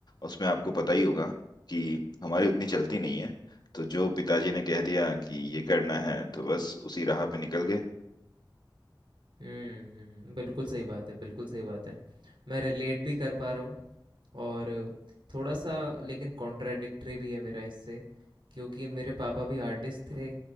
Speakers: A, on the left (about 55°); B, on the right (about 70°).
A: उसमें आपको पता ही होगा कि हमारी उतनी चलती नहीं है तो जो पिताजी ने कह दिया कि ये करना है तो बस उसी राह पे निकल गए
B: हुँ, हुँ, हुँ। बिल्कुल सही बात है, बिल्कुल सही बात है। मैं रिलेट भी कर पा रहा हूँ और थोड़ा-सा लेकिन कॉन्ट्राडिक्टरी भी है मेरा इससे क्योंकि मेरे पापा भी आर्टिस्ट थे।